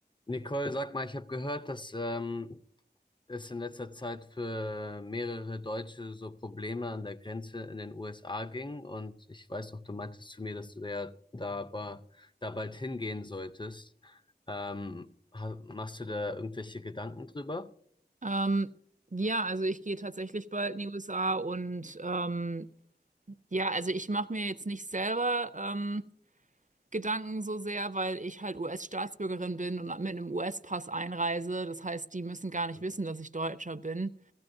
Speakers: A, on the left; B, on the right.
A: Nicole, sag mal, ich habe gehört, dass ähm, es in letzter Zeit für mehrere Deutsche so Probleme an der Grenze in den USA ging. Und ich weiß noch, du meintest zu mir, dass du da, ja da, ba- da bald hingehen solltest. Ähm, ha- machst du da irgendwelche Gedanken drüber?
B: Ähm, ja, also ich gehe tatsächlich bald in die USA und ähm, ja, also ich mache mir jetzt nicht selber ähm, Gedanken so sehr, weil ich halt US-Staatsbürgerin bin und mit einem US-Pass einreise. Das heißt, die müssen gar nicht
A: Hm,
B: wissen, dass ich Deutscher bin.